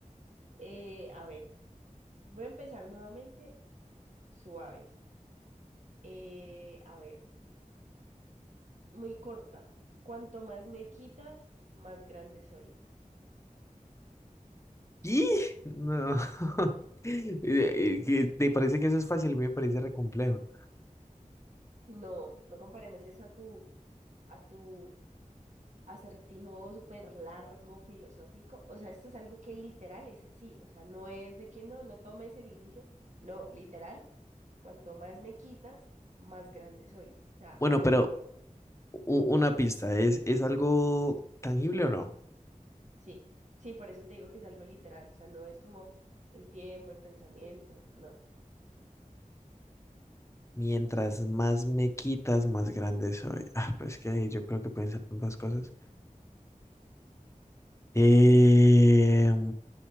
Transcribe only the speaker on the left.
¡Y! No. <laughs> Eh, eh, que- ¿Te parece que eso es fácil? A mí me parece re complejo.
Bueno,
pero u- una pista, ¿es, es algo tangible o no?
Mientras más me quitas, más grande soy. Ah, pues que yo creo que pueden ser tantas cosas. Eh,